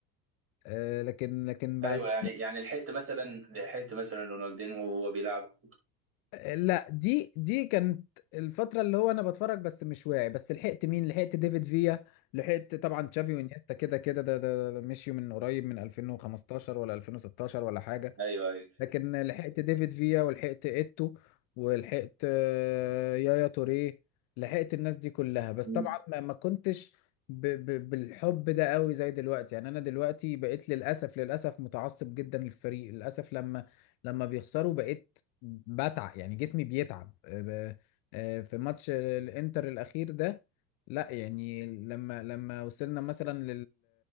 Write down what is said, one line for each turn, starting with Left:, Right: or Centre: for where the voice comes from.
Left: آه، لكن لكن بعد
Right: أيوه يعني يعني لحقت مثلا لحقت مثلا رونالدينو وهو بيلعب
Left: آه، لا دي دي كانت الفتره اللي هو انا بتفرج بس مش واعي بس لحقت مين لحقت ديفيد فيا لحقت طبعا تشافي وانيستا كده كده ده ده ده مشيوا من قريب من 2015 ولا 2016 ولا حاجه
Right: أيوه أيوه
Left: لكن لحقت ديفيد فيا ولحقت ايتو ولحقت آه، يايا توريه لحقت الناس دي كلها بس
Right: مم.
Left: طبعا ما ما كنتش ب ب بالحب ده قوي زي دلوقتي يعني انا دلوقتي بقيت للاسف للاسف متعصب جدا للفريق للاسف لما لما بيخسروا بقيت بتعب يعني جسمي بيتعب آه، ب- آه، في ماتش الانتر الاخير ده لا يعني لما لما وصلنا مثلا